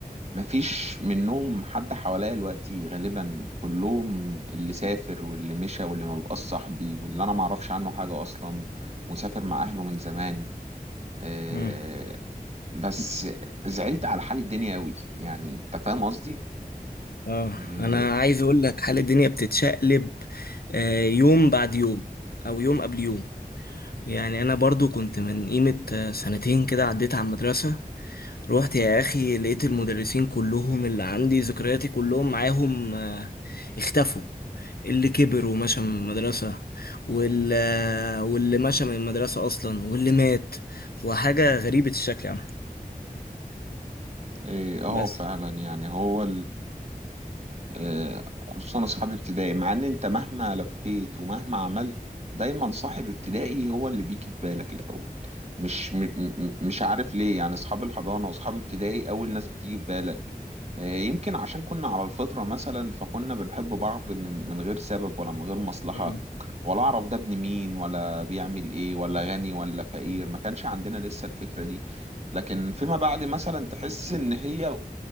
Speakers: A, on the right; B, on the left.
A: مفيش منهم حد حواليا دلوقتي غالبا كلهم اللي سافر واللي مشى واللي ما بقاش صاحبي واللي انا ما اعرفش عنه حاجة اصلا وسافر مع اهله من زمان آه،
B: امم
A: بس زعلت على حال الدنيا قوي يعني انت فاهم قصدي؟
B: اه
A: اه
B: انا عايز اقول لك حال الدنيا بتتشقلب آه، يوم بعد يوم او يوم قبل يوم يعني انا برضو كنت من قيمة آه، سنتين كده عديت على المدرسة روحت يا اخي لقيت المدرسين كلهم اللي عندي ذكرياتي كلهم معاهم آه، اختفوا اللي كبر ومشى من المدرسة واللي آه، واللي مشى من المدرسة اصلا واللي مات وحاجة غريبة الشكل يعني
A: آه، آه،
B: بس
A: آه، فعلا يعني هو آه، خصوصا اصحاب ابتدائي مع ان انت مهما لفيت ومهما عملت دايما صاحب ابتدائي هو اللي بيجي في بالك الاول مش م م مش عارف ليه يعني اصحاب الحضانه واصحاب ابتدائي اول ناس بتيجي في بالك آه، يمكن عشان كنا على الفطره مثلا فكنا بنحب بعض من من غير سبب ولا من غير مصلحه
B: امم
A: ولا اعرف ده ابن مين ولا بيعمل ايه ولا غني ولا فقير ما كانش عندنا لسه الفكره دي لكن فيما بعد مثلا تحس ان هي